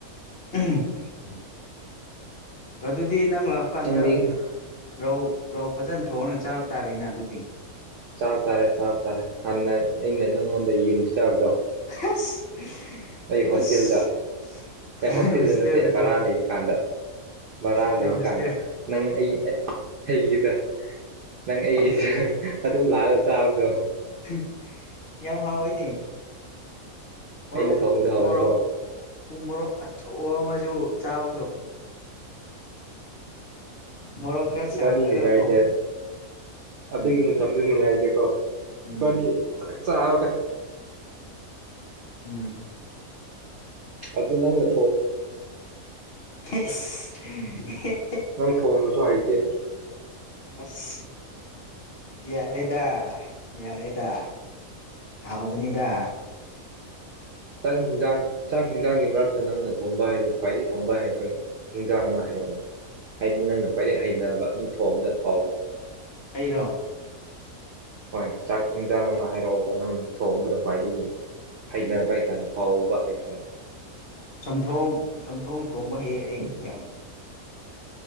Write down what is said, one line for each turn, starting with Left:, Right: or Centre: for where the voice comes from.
Left: ꯎꯝ
Right: ꯎꯝ
Left: ꯀꯗꯤ ꯗꯤ ꯅꯪ ꯂꯥꯛ ꯀꯥꯟꯗ
Right: ꯅꯪꯗꯤ
Left: ꯔꯧ ꯔꯧ ꯐꯖꯅ ꯊꯣꯡꯅ ꯆꯥꯕ ꯇꯥꯔꯦꯅ ꯑꯗꯨꯗꯤ
Right: ꯆꯥꯎꯕ ꯇꯥꯔꯦ ꯆꯥꯎ ꯇꯥꯔꯦ ꯍꯥꯟꯅ ꯑꯩꯅ ꯅꯪꯉꯣꯟꯗ ꯌꯦꯟ ꯆꯥꯕꯗꯣ
Left: ꯑꯁ
Right: ꯑꯩ
Left: ꯑꯁ
Right: ꯍꯣꯁꯇꯦꯜꯗ ꯑꯩ
Left: ꯅꯪ
Right: ꯍꯣꯁꯇꯦꯜꯗ
Left: ꯍꯣꯁꯇꯦꯜꯗꯀꯣ
Right: ꯅꯠꯇꯦ ꯕꯔꯥ ꯂꯩꯕ ꯀꯥꯟꯗ ꯕꯔꯥ
Left: ꯅꯪ
Right: ꯂꯩꯕ
Left: ꯍꯣꯁꯇꯦꯜ
Right: ꯀꯥꯟꯗ ꯅꯪ ꯑꯩ ꯑꯩꯒꯤꯗ ꯅꯪ ꯑꯩꯒꯤꯗ ꯑꯗꯨꯝ ꯂꯥꯛꯑꯒ ꯆꯥꯕꯗꯣ
Left: <inaudible> ꯌꯥꯝ ꯍꯥꯎꯋꯏꯅꯦ ꯃꯣꯔꯣꯛ
Right: ꯑꯩꯅ ꯊꯣꯡꯕꯗ ꯍꯥꯎꯋꯦꯀꯣ
Left: ꯃꯣꯔꯣꯛ ꯎ ꯃꯣꯔꯣꯛ ꯑꯆꯧꯕ ꯑꯃꯁꯨ ꯆꯥꯕꯗꯣ ꯃꯣꯔꯣꯛ ꯈꯔ
Right: ꯏꯕꯥꯅꯤ
Left: ꯁꯥꯍꯜꯂꯒ
Right: ꯅꯨꯡꯉꯥꯏꯅꯦ
Left: ꯀꯣ
Right: ꯑꯗꯨꯒꯤ
Left: ꯎꯝ
Right: ꯃꯇꯝꯗꯨ ꯅꯨꯡꯉꯥꯏꯅꯦꯀꯣ꯫
Left: ꯎꯝ
Right: ꯏꯕꯥꯅꯤ ꯆꯥꯛ ꯆꯕꯗꯣ <inaudible>
Left: ꯎꯝ꯫
Right: ꯑꯗꯨ ꯅꯪ ꯅ
Left: ꯑꯦ ꯏꯁ! <unintelligible>
Right: ꯅꯪ ꯊꯣꯡꯕꯁꯨ ꯍꯩꯇꯦ꯫
Left: ꯑꯁ ꯌꯥꯔꯦꯗꯥ! ꯌꯥꯔꯦꯗ ꯍꯥꯎꯕꯅꯤꯗ!
Right: ꯆꯥꯛ ꯌꯦꯟꯁꯥꯡ ꯆꯥꯛ ꯍꯤꯟꯖꯥꯡꯒꯤ ꯃꯔꯛꯇ ꯅꯪꯅ ꯊꯣꯡꯕ ꯍꯥꯏꯕ ꯈ꯭ꯋꯥꯏꯗꯒꯤ ꯊꯣꯡꯕ ꯍꯥꯏꯕ ꯍꯤꯟꯖꯥꯡ ꯑꯃ ꯍꯥꯏꯔꯛꯑꯅꯤ ꯍꯥꯏꯕꯗꯤ ꯅꯪꯅ ꯈ꯭ꯋꯥꯏꯗꯒꯤ ꯍꯩꯅꯕ ꯑꯗꯨꯝ ꯊꯣꯡꯕꯗ ꯍꯥꯎꯕ꯫
Left: ꯑꯩꯔꯣ?
Right: ꯍꯣꯏ ꯆꯥꯛ ꯍꯤꯟꯖꯥꯡ ꯑꯃ ꯍꯥꯏꯔꯛ ꯑꯣꯕꯥ ꯅꯪ ꯊꯣꯡꯕꯗ ꯈ꯭ꯋꯥꯏꯗꯒꯤ ꯍꯩꯅꯕ ꯍꯥꯏꯇꯥꯔꯦ꯫ ꯍꯥꯎꯕ ꯍꯥꯏꯇꯥꯔꯦ꯫
Left: ꯆꯝꯊꯣꯡ ꯆꯝꯊꯣꯡ ꯊꯣꯡꯕ ꯍꯩꯌꯦ ꯑꯩ꯫ ꯌꯥꯝ